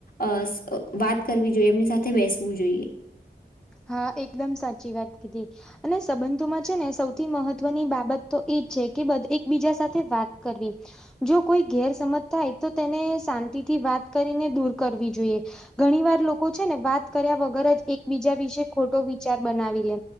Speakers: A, on the left; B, in the centre.
A: અ સ વાત કરવી જોઈએ એમની સાથે બેસવું જોઈએ.
B: હા એકદમ સાચી વાત કીધી. અને સંબંધોમાં છે ને સૌથી મહત્વની બાબત તો એજ છે કે બધ એકબીજા સાથે વાત કરવી. જો કોઈ ગેરસમજ થાય તો તેને શાંતિથી વાત કરીને દૂર કરવી જોઈએ. ઘણી વાર લોકો છે ને વાત કર્યા વગર જ એકબીજા વિશે ખોટો વિચાર બનાવી લે